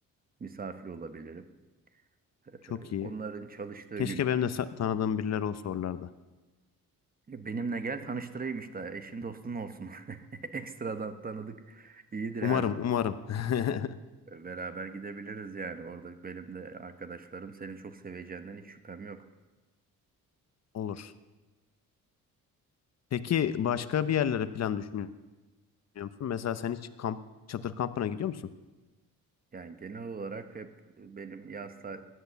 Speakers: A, on the right; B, on the left.
A: misafir olabilirim. Ee,
B: Çok iyi.
A: onların çalıştığı
B: Keşke
A: günler.
B: benim de sa- tanıdığım birileri olsa oralarda.
A: Benimle gel tanıştırayım işte. Eşin dostun olsun. <laughs> Ekstradan tanıdık iyidir
B: Umarım,
A: her zaman.
B: umarım. <laughs>
A: Beraber gidebiliriz yani. Orada benim de arkadaşlarım senin çok seveceğinden hiç şüphem yok.
B: Olur. Peki başka bir yerlere plan düşünüyor musun? Mesela sen hiç kamp, çadır kampına gidiyor musun?
A: Yani genel olarak hep benim yaz ta-